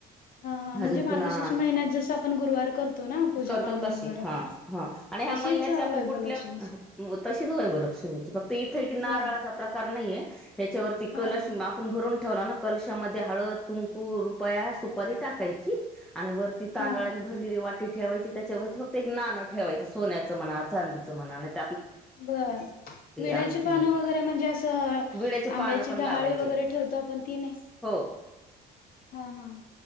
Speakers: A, on the left; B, in the centre.
A: हा हा म्हणजे
B: अजून
A: मार्गशीर्ष
B: पुन्हा
A: महिन्यात जस आपण गुरुवार करतो ना पूजा
B: करतो
A: मांडून
B: तशी
A: वगैरे
B: हा हा आणि ह्या
A: तशीच
B: महिन्यातल्या आपण
A: वैभवलक्ष्मीची
B: कुठल्या तशीच व्हायव लक्ष्मीची फक्त इथ की नारळाचा
A: बर
B: प्रकार नाहीय ह्याच्यावरती
A: हा
B: कलश आपण भरून ठेवला ना कलशामध्ये हळद कुंकू रुपया सुपारी टाकायची आणि वरती तांदळाने
A: हा
B: भरलेली वाटी ठेवायची त्याच्यावरती फक्त एक नाणं ठेवायचं सोन्याचं म्हणा चांदीचं म्हनानाही तर
A: बर विड्याची
B: अंगठी
A: पानं वगैरे म्हणजे असं
B: विड्याचे पानं
A: आंब्याची
B: पण
A: डहाळी
B: लावायचे
A: वगैरे ठेवतो आपण ती नाही
B: हो
A: हा हा